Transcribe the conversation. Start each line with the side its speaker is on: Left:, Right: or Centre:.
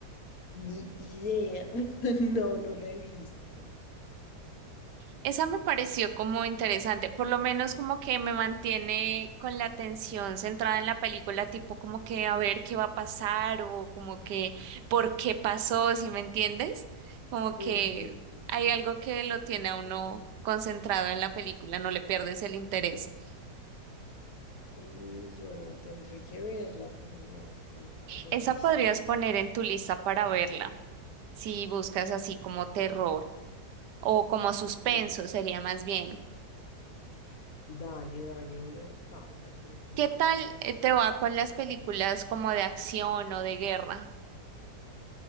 Left: Ni idea. <laughs> No, no la he visto.
Right: Esa me pareció como interesante, por lo menos como que me mantiene con la atención centrada en la película, tipo como que a ver qué va a pasar o como que por qué pasó, si me entiendes, como que
Left: Ujú.
Right: hay algo que lo tiene a uno concentrado en la película, no le pierdes el interés.
Left: Buenísimo, no, tendré que verla, pero no, no, no la
Right: Esa
Left: he visto.
Right: podrías poner en tu lista para verla, si buscas así como terror o como suspenso,
Left: Mm.
Right: sería más bien.
Left: Dale, dale, voy a buscarla definitivamente.
Right: ¿Qué tal eh, te va con las películas como de acción o de guerra?